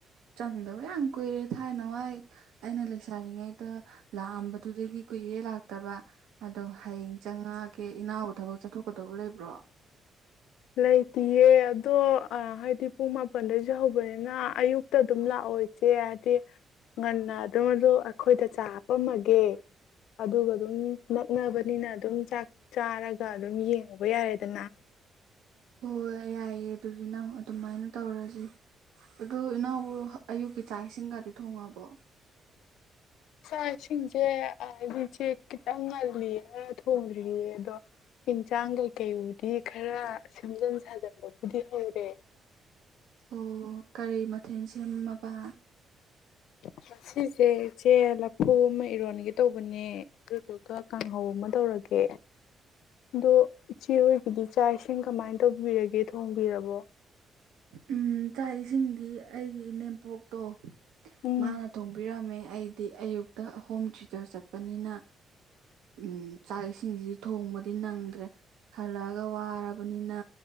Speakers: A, on the right (about 85°); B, on the left (about 85°).
A: ꯆꯪꯗꯕ ꯌꯥꯝ ꯀꯨꯏꯔꯦ ꯊꯥꯏꯅꯋꯥꯏ ꯑꯩꯅ ꯂꯩꯁꯥꯔꯤꯉꯩꯗ ꯂꯥꯛꯑꯝꯕꯗꯨꯗꯒꯤ ꯀꯨꯏꯔꯦ ꯂꯥꯛꯇꯕ ꯑꯗꯣ ꯍꯌꯦꯡ ꯆꯪꯉꯒꯦ ꯏꯅꯥꯎꯕꯨ ꯊꯕꯛ ꯆꯠꯊꯣꯛꯀꯗꯧꯕ ꯂꯩꯕ꯭ꯔꯣ
B: ꯂꯩꯇ꯭ꯌꯦ ꯑꯗꯣ ꯑꯥ ꯍꯥꯏꯗꯤ ꯄꯨꯡ ꯃꯥꯄꯜꯗꯩꯩꯖꯨ ꯍꯧꯕꯅꯤꯅ ꯑꯌꯨꯛ ꯇ ꯑꯗꯨꯝ ꯂꯥꯛꯑꯣ ꯏꯆꯦ ꯍꯥꯏꯗꯤ ꯉꯟꯅ ꯑꯗꯨꯝ ꯑꯗ ꯑꯩꯈꯣꯏꯗ ꯆꯥ ꯍꯥꯄꯝꯃꯒꯦ ꯑꯗꯨꯒ ꯑꯗꯨꯝ ꯅꯛꯅꯕꯅꯤꯅ ꯑꯗꯨꯝ ꯆꯥꯛ ꯆꯥꯔꯒ ꯑꯗꯨꯝ ꯌꯦꯡꯉꯨꯕ ꯌꯥꯔꯦꯗꯅ
A: ꯍꯣ ꯍꯣꯏ ꯌꯥꯏꯌꯦ ꯑꯗꯨꯖꯨ ꯅꯪ ꯑꯗꯨꯃꯥꯏꯅ ꯇꯧꯔꯖꯤ ꯑꯗꯨ ꯏꯅꯥꯎꯕꯨ ꯑꯌꯨꯛꯀꯤ ꯆꯥꯛ ꯏꯁꯤꯡꯒꯗꯤ ꯊꯣꯡꯉꯕꯣ
B: ꯆꯥꯛ ꯏꯁꯤꯡꯖꯦ ꯑꯥ ꯑꯩꯗꯤ ꯆꯦ ꯈꯤꯇꯪ ꯉꯜꯂꯤꯌꯦ ꯊꯣꯡꯗ꯭ꯔꯤꯌꯦ ꯑꯗꯣ ꯏꯪꯖꯥꯡ ꯀꯩꯀꯩꯕꯨꯗꯤ ꯈꯔ ꯁꯦꯝꯖꯟ ꯁꯥꯖꯟꯕꯕꯨꯗꯤ ꯍꯧꯔꯦ
A: ꯑꯣ ꯀꯔꯤ ꯃꯊꯦꯜ ꯁꯦꯝꯃꯕ
B: ꯉꯁꯤꯖꯦ ꯏꯆꯦ ꯂꯐꯨ ꯑꯃ ꯏꯔꯣꯟꯒꯦ ꯇꯧꯕꯅꯦ ꯑꯗꯨꯗꯨꯒ ꯀꯥꯡꯍꯧ ꯑꯃ ꯇꯧꯔꯒꯦ ꯑꯗꯣ ꯏꯆꯦ ꯍꯣꯏꯒꯤꯗꯤ ꯆꯥꯛ ꯏꯁꯤꯡ ꯀꯃꯥꯏ ꯇꯧꯕꯤꯔꯒꯦ ꯊꯣꯡꯕꯤꯔꯕꯣ
A: ꯎꯝ ꯆꯥꯛ ꯏꯁꯤꯡꯗꯤ ꯑꯩꯒꯤ ꯏꯅꯦꯝꯄꯣꯛꯇꯣ
B: ꯎꯝ
A: ꯃꯥꯅ ꯊꯣꯡꯕꯤꯔꯝꯃꯦ ꯑꯩꯗꯤ ꯑꯌꯨꯛꯇ ꯍꯣꯝ ꯇꯨꯏꯇꯔ ꯆꯠꯄꯅꯤꯅ ꯎꯝ ꯆꯥꯛ ꯏꯁꯤꯡꯖꯤꯗꯤ ꯊꯣꯡꯕꯗꯤ ꯅꯪꯗ꯭ꯔꯦ ꯍꯜꯂꯛꯑꯒ ꯋꯥꯔꯕꯅꯤꯅ